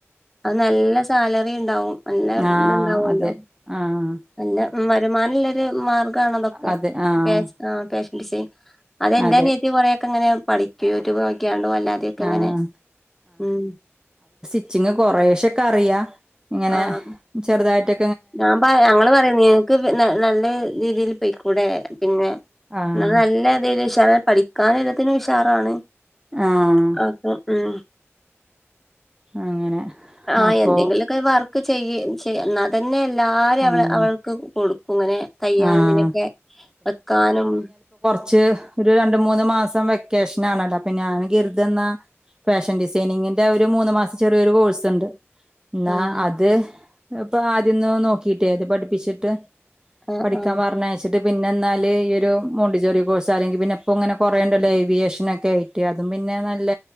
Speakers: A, in the centre; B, on the right.
A: അത് നല്ല സാലറിണ്ടാവും നല്ല
B: ആഹ്
A: ഇതുണ്ടാവല്ലോ
B: അതെ ആഹ്
A: നല്ല വരുമാനംള്ളൊരു മാർഗ്ഗാണ തൊക്കെ
B: അതെ ആഹ്
A: ഫേഷ് ആ ഫേഷ ഡിസൈൻ അതെന്റെനിയത്തി
B: അതെ
A: കൊറേക്കെ ഇങ്ങനെ പഠി യൂട്യൂബ് നോക്കിയാണ്ടൂ അല്ലാതെക്കെ ഇങ്ങനെ
B: ആഹ്
A: ഉം
B: ച്ചിങ് കൊറേശൊക്കെ അറിയാ ഇങ്ങനെ
A: ആഹ്
B: ചെറുതായിട്ട്
A: ഞാൻ പറ ഞങ്ങള് പറയും നിനക്ക് ന നല്ല രീതില് പൊയികൂടെ പിന്നെ
B: ആഹ്
A: എന്നാ നല്ലതില് ഉഷാറെ പഠിക്കാനെല്ലാത്തിനും ഉഷാറാണ്
B: ആഹ്
A: അപ്പം ഉം
B: അങ്ങനെ
A: ആ
B: അപ്പൊ
A: എന്തെങ്കിലുക്കെ വർക്ക് ചെയ്യ് ചെയ് എന്നാ അതന്നെയല്ലാ ആര്
B: ആഹ്
A: അവളെ അവൾക്ക് കൊടുക്കും ഇങ്ങനെ തയ്യാനും
B: ആഹ്
A: ഇതിനൊക്കെ വെക്കാനും
B: ച്ച് ഒരു രണ്ട മൂന്ന് മാസം വെക്കേഷൻ ആണല്ലോ അപ്പൊ ഞാൻ കരുതെന്ന ഫാഷൻ ഡിസൈനിങ്ങിന്റെ ഒരു മൂന്ന് മാസം ചെറിയൊരു കോഴ്സ്ണ്ട് എന്നാ
A: ആഹ്
B: അത് ഇപ്പൊ ആദ്യന്ന് നോക്കിട്ടേ അത് പഠിപ്പിച്ചിട്ട്
A: ആഹ്
B: പഠിക്കാൻ
A: ആഹ്
B: പറഞ്ഞയ്ച്ചി ട്ട് പിന്നെ എന്നാല് ഈ ഒരു മോണ്ടിസോറി കോഴ്സ് അല്ലെങ്കിൽ പിന്നെ ഇപ്പ ഇങ്ങനെ കുറേണ്ടല്ല ഏവിയേഷനൊക്കെ ആയിട്ട് അതും പിന്നെ നല്ല